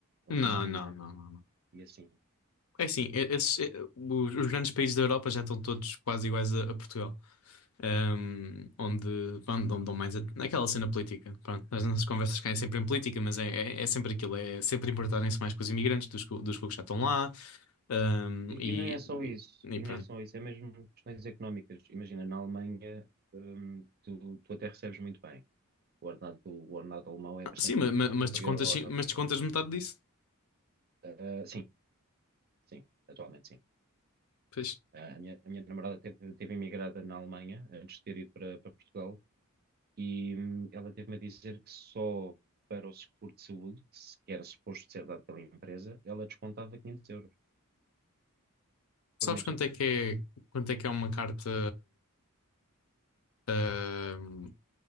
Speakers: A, on the left; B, on the right.
A: Não,
B: Alemanha,
A: não, não, não, não.
B: E assim.
A: É assim, e- esses, e- os, os grandes países da Europa já estão todos quase iguais a, a Portugal. Ahm, onde, pronto, dão dão mais a- naquela cena política. Pronto, as nossas conversas caem sempre em política, mas é, é, é sempre aquilo, é sempre importarem-se mais com os imigrantes dos, que- dos que já estão lá. Ahm,
B: E,
A: e,
B: e não é só
A: e-
B: isso,
A: e
B: e
A: pronto.
B: não é só isso, é mesmo questões económicas. Imagina, na Alemanha, hum, tu, tu até recebes muito bem. O ordenado, do- o ordenado alemão é
A: Ah,
B: bastante
A: Sim, ma- ma- mas,
B: superior
A: descontas,
B: ao
A: sim,
B: ordenado
A: mas
B: português.
A: descontas metade disso.
B: Ah, sim, sim, atualmente sim.
A: Pois.
B: Ah, a minha, a minha namorada teve, teve imigrada na Alemanha antes de ter ido para, para Portugal e hum, ela teve-me a dizer que só para o seguro de saúde, que se- que era suposto ser dado pela empresa, ela descontava 500 euros
A: Sabes
B: por mês.
A: quanto é que é, quanto é que é uma carta, ahm,